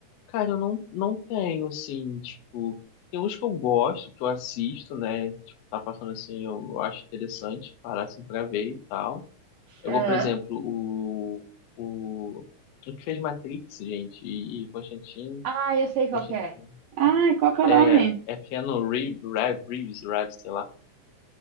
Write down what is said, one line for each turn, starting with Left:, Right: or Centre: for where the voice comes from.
Left: Cara, eu não, não tenho, assim, tipo, tem uns que eu gosto, que eu assisto, né? Tipo, tá passando assim, eu, eu acho interessante parar assim pra ver e tal. Eu
Right: Aham.
Left: vou, por exemplo, o, o, o que fez Matrix, gente, e, e Constantine,
Right: Ah, eu sei qual
Left: Constantine,
Right: que é. Ah, qual que é
Left: é,
Right: o nome?
Left: é Keanu Reeves, Reeves, Reeves, sei lá,